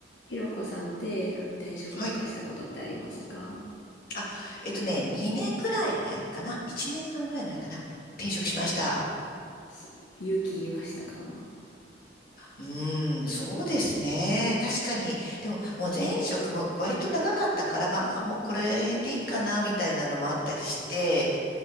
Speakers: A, on the left (about 90°); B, on the left (about 55°).
A: ひろこさんって、あの、転職とかしたことってありますか
B: はい。あ、えっとね、2年ぐらい前かな。1年半ぐらい前かな。転職しました。
A: す勇気いりましたか
B: うーん、そうですね。確かに。でも、もう前職も割と長かったから、まあまあ、もうこれ辺でいいかな、みたいなのもあったりして、